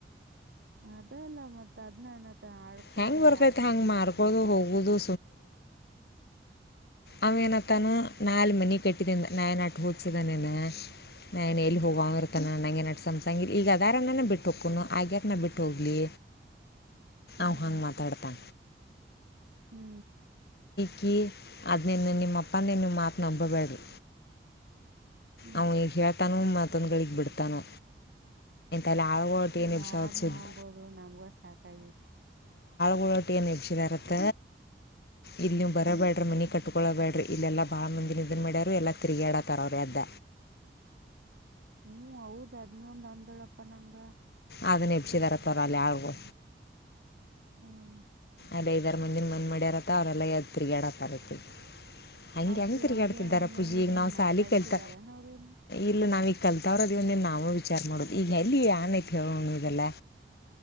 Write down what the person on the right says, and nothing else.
ಅದಲ್ಲ ಮತ್ತ್ ಅದ್ನಣ ತ್ತ ಆಡ್ಕೊಳೋರಿಗ್
ಆಡ್ಕೊಳ
ಹಂಗಾಗ್ಯಾವು
ಅಂತಂದ್
ಹ್ಮ್
ಹ್ಮ್
ಹ್ಮ್
ಹ್ಮ್
ಹ್ಮ್
ಯಾರ
ನಂಬಂಬೋದು ನಮ್ಗ ಸಾಕಾಗತಿ
ಹ
ಹ್ಮ್ ಹೌದ್ ಹದ್ನೊಂದ್ ಹಂದಳ ಪ್ಪ ನಂಗ
ಹ್ಮ್
ಅವ್ರ
ಕೇಳ್ ಬಂದೇನ್
ಇವ್ರನೇನ್
ಮಾತಾಡ್ಸಿದಾರನ್
ಅವ್ರೇನ್